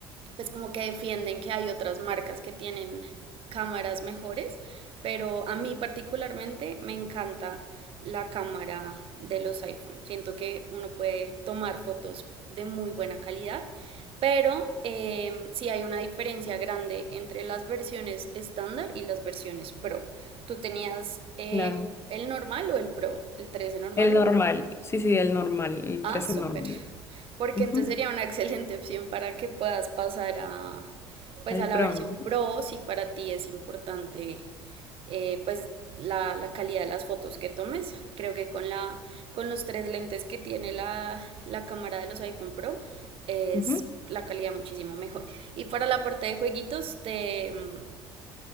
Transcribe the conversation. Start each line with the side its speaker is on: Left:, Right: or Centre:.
Right: pues como que defienden que hay otras marcas que tienen cámaras mejores, pero a mí particularmente me encanta la cámara de los iPhone. Siento que uno puede tomar fotos de muy buena calidad, pero eh, sí hay una diferencia grande entre las versiones estándar y las versiones Pro. ¿Tú tenías eh,
Left: claro.
Right: el normal o el Pro? ¿El 13 normal
Left: El normal,
Right: o el Pro?
Left: sí, sí, el normal, el
Right: Ah,
Left: 13
Right: súper
Left: normal.
Right: porque
Left: Ujú.
Right: entonces sería una <laughs> excelente opción para que puedas pasar a, pues
Left: El
Right: a la
Left: Pro,
Right: versión
Left: ¿no?
Right: Pro, si para ti es importante, eh, pues la, la calidad de las fotos que tomes. Creo que con la, con los tres lentes que tiene la, la cámara de los iPhone Pro es
Left: Ujú,
Right: la calidad muchísimo mejor. Y para la parte de jueguitos, te, mm,